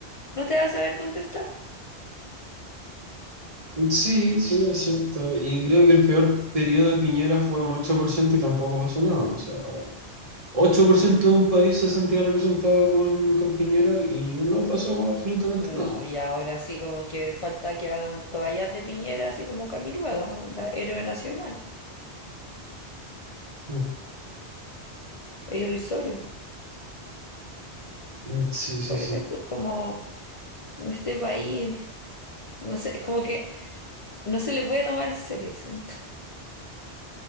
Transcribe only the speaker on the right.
sí, sí, es cierto. Y creo que el peor periodo de Piñera fue un 8% y tampoco pasó nada. O sea, 8% de un país se sentía representado con, con Piñera y no pasó absolutamente
nada.
Mm,
mm, Sí, sí,
sí.